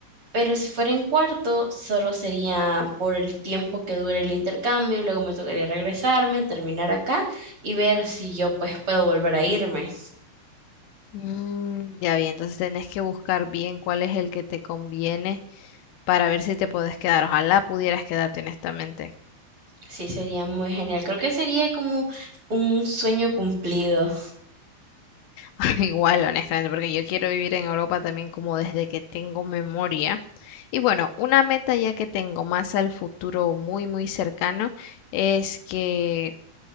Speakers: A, on the right; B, on the left.
A: Pero si fuera en cuarto, solo sería por el tiempo que dure el intercambio y luego me tocaría regresarme, terminar acá y ver si yo pues puedo volver a irme.
B: Mm, ya vi, entonces tenés que buscar bien cuál es el que te conviene para ver si te podés quedar. Ojalá pudieras quedarte honestamente.
A: Sí, sería muy genial. Creo que sería como un sueño cumplido.
B: <laughs> Igual, honestamente, porque yo quiero vivir en Europa también como desde que tengo memoria. Y bueno, una meta ya que tengo más al futuro muy, muy cercano es que